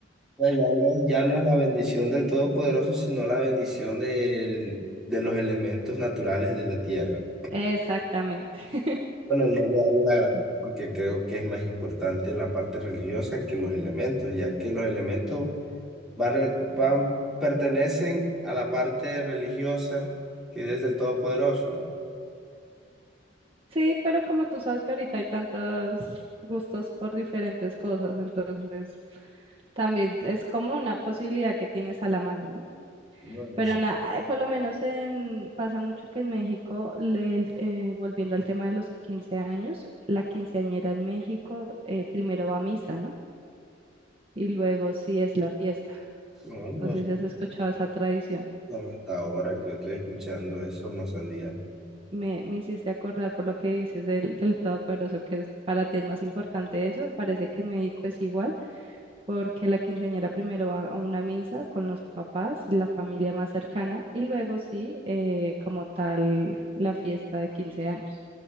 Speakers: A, in the centre; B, on the right (about 30°).
A: O sea, Ya no, ya no es la bendición del Todopoderoso, sino la bendición del- de los elementos naturales de la tierra.
B: Exactamente. <laughs>
A: Bueno, no le hago la gracia
B: Entonces,
A: porque creo que es más importante en la parte religiosa que los elementos, ya que los elementos van, re- van- pertenecen a la parte religiosa que es del Todopoderoso.
B: Sí, pero como tú sabes que ahorita hay tantos gustos por diferentes cosas, entonces también es como una posibilidad que tienes a la mano, ¿no?
A: Bueno,
B: Pero nada, por lo menos en, pasa mucho que en México, le- el- eh, volviendo al tema de los 15 años, la quinceañera en México eh, primero va a misa, ¿no? Y luego sí es la fiesta.
A: no, no,
B: No sé si has escuchado esa tradición.
A: no, hasta ahora que estoy escuchando eso no sabía.
B: Me, me hiciste acordar por lo que dices del, del todopoderoso, que es- para ti es más importante eso. Parece que en México es igual, porque la quinceañera primero va a una misa con los papás y la familia más cercana, y luego sí, eh, como tal, la fiesta de 15 años.